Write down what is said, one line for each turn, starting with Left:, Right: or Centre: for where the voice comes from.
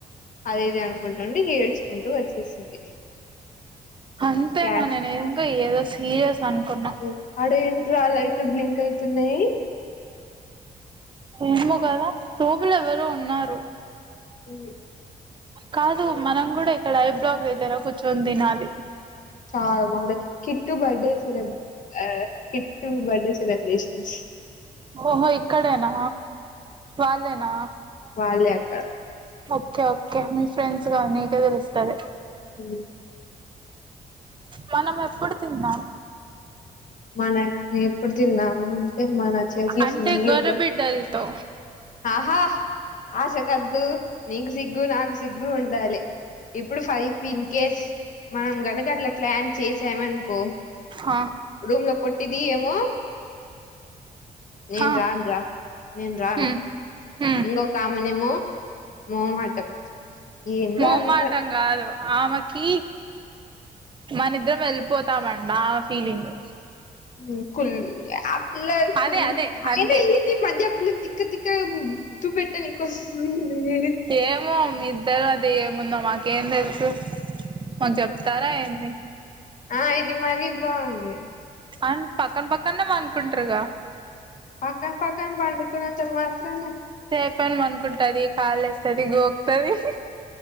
Left: అద ఇది అనుకుంటుండి ఇగా ఏేడ్చుకుంటూ వచ్చేసింది
Right: అంతేనా
Left: క్లాస్
Right: నేను ఇంకా ఏదో సీరియస్ అనుకున్నా
Left: కి ఆడ ఏంట్రా లైట్లు బ్లింక్ ఐతున్నాయి
Right: ఫిల్మ్ కదా లోపల ఎవరో ఉన్నారు
Left: హ
Right: కాదు మనం కూడా ఇక్కడ ఐ బ్లాక్ దగ్గర కూర్చొని తినాలి
Left: చాలా బాగుందది కిట్టు బర్త్డే సెలబ్ ఆ కిట్టు బర్డే సెలబ్రేషన్స్
Right: ఓహో ఇక్కడైనా వాళ్లేనా
Left: వాళ్ళే అక్కడ
Right: ఓకే ఓకే మీ ఫ్రెండ్స్ గానీ ఇక తెలుస్తలే
Left: ఉ
Right: మనం ఎప్పుడు తిందాం
Left: మన ఎప్పుడు తిన్నాము ఏ మన చేసిలో
Right: అంటే
Left: ఫుల్
Right: గొర్రెబిడ్డలతో
Left: అబ్బ ఆహా ఆశ కద్దు నీకు సిగ్గు, నాకు సిగ్గు ఉండాలి. ఇప్పుడు ఫైవ్ పింకెస్ మనం గనక అట్లా ప్లాన్ చేసామనుకో
Right: హ
Left: కుమ్ లో పొట్టిది ఏమో నేను
Right: ఆ
Left: రాన్ రా నేను రాను
Right: హ్మ్ హ్మ్
Left: ఇంగొ కామనేమో మోమాటం ఏందో
Right: మొమాటంగాదు
Left: అంత
Right: ఆమెకి మనిద్దరం వెళ్ళిపోతామన్న ఆమె ఫీలింగ్.
Left: ఉమ్ కుళ్ళేబ్ పిల్ల
Right: అదే
Left: కుల్
Right: అదే అంతే
Left: ఏందో ఈది మధ్య పిల్ల తిక్క తిక్క ముద్దు పెట్టనికి వస్తుంది ఊ
Right: ఏమో మీ ఇద్దరు అది ఏముందో మాకేం తెలుసు మాకు చెప్తారా ఏంటి?
Left: ఆ ఇది మరి బాగుంది.
Right: అన్ పక్కన పక్కన్నె పనుకుంటారుగా.
Left: పక్కన పక్కన పనుకున్నంత మాత్రాన
Right: ప్పన్ పనుకుంటది కాల ఏస్తది, గోకుతది ఇహి